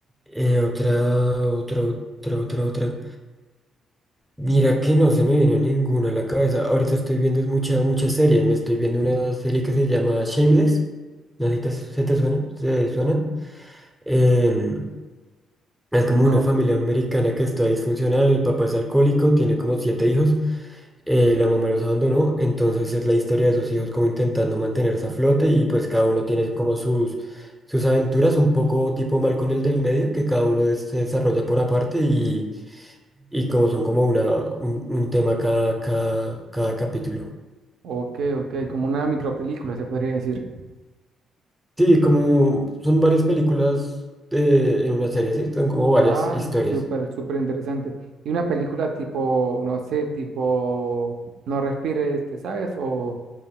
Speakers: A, in the centre; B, on the right.
A: Eh, otra, otra, otra, otra, otra. Mira que no se me viene ninguna a la cabeza. Ahorita estoy viendo es mucha, mucha serie. Me estoy viendo una serie que se llama Shameless. No sé si te- se te suena, se suena. em, es como
B: No.
A: una familia americana que está disfuncional, el papá es alcohólico, tiene como siete hijos, eh, la mamá los abandonó, entonces es la historia de sus hijos como intentando mantenerse a flote y pues cada uno tiene como sus, sus aventuras, un poco tipo mal con el del medio, que cada uno des- se desarrolla por aparte y, y como son como una, un, un tema cada, cada, cada capítulo.
B: Ok, ok. Como una micropelícula, se podría decir.
A: Sí, como son varias películas eh, en una serie, ¿sí? Son como varias
B: Ah,
A: historias.
B: súper, súper interesante. Y una película tipo, no sé, tipo No respires, ¿te sabes? O,